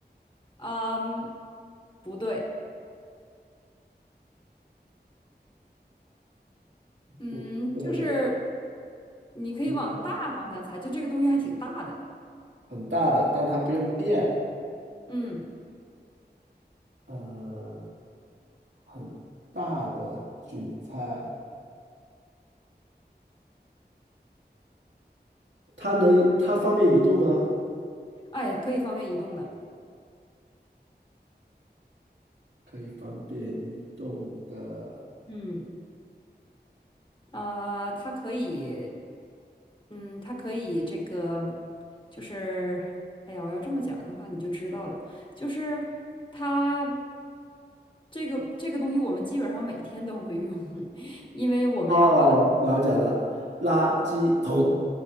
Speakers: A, on the left; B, on the right.
A: 啊，不对，嗯，
B: 嗯，对，
A: 就是你可以往大方向猜，
B: 瓶子
A: 就这个东西还挺大的，
B: 很大的，但它不用电，
A: 嗯，
B: 呃，很大的取材，它能，它方便移动吗？
A: 哎，可以方便移动的，
B: 可以方便移动的。
A: 嗯，啊、它可以嗯，它可以这个，就是，哎呀，我要这么讲的话，你就知道了。就是它这个这个东西，我们基本上每天都会用，<laughs> 因为我们要把
B: 哦，了解了，垃圾桶。